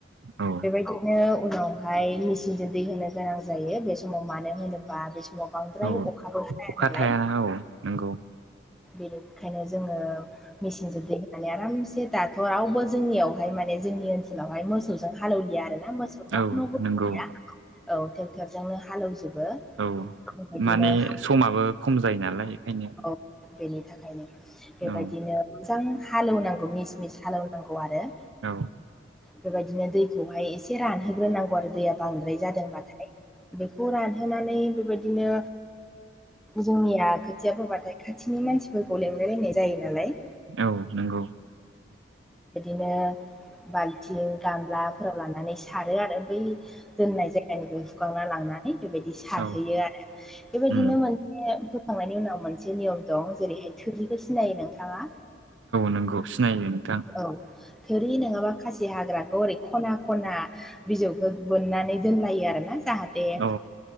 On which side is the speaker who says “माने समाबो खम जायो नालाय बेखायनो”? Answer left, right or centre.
Right